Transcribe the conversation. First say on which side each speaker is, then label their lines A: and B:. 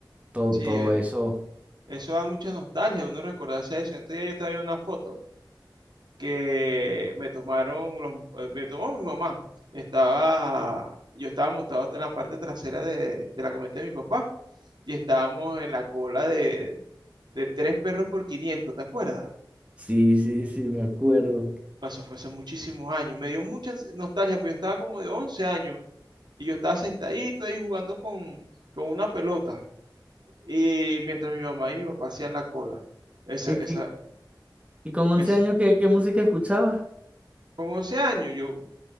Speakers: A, on the right; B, on the right.
A: todo,
B: Sí,
A: todo
B: eh,
A: eso.
B: eso da mucha nostalgia, uno recordarse eso. En estos días yo estaba viendo una foto que me tomaron los, eh, me tomó mi mamá. Estaba, yo estaba montado en la parte trasera de, de la camioneta de mi papá y estábamos en la cola de, de tres perros por 500. ¿te acuerdas?
A: Sí, sí, sí, me acuerdo.
B: Eso fue hace muchísimos años. Me dio mucha ansi- nostalgia, porque yo estaba como de 11 años y yo estaba sentadito ahí jugando con, con una pelota. Y mientras mi mamá y mi papá hacían la cola. Esa,
A: ¿Y,
B: esa,
A: y- y con once
B: esa.
A: años qué, qué música escuchabas?
B: Con 11 años yo